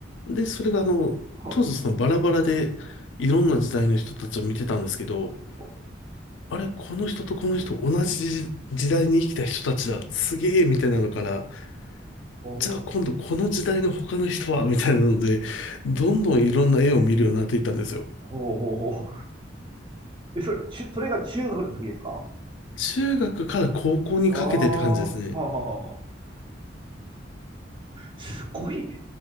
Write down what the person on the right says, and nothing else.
い。はい。
ほ、
ほ、
ほ、ほ、ほ。え、それ、ちゅ、それが中学の時ですか
ああ、はあ、はあ、はあ。すごい、